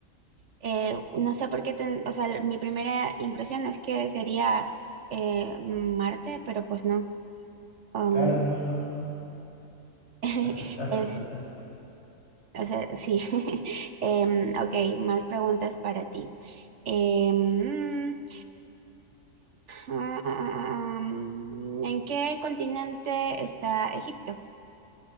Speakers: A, on the right (about 65°); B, on the left (about 60°).
A: Eh, no sé por qué, ten- o sea, mi primera impresión es que sería eh, Marte, pero pues no. Um,
B: Claro, no, no, no, no.
A: <laughs>
B: Acertaste,
A: es,
B: acertaste.
A: o sea, sí. <laughs> Em, ok, más preguntas para ti. Em, mm, ah, ah, ah, ah, mm, ¿en qué continente está Egipto?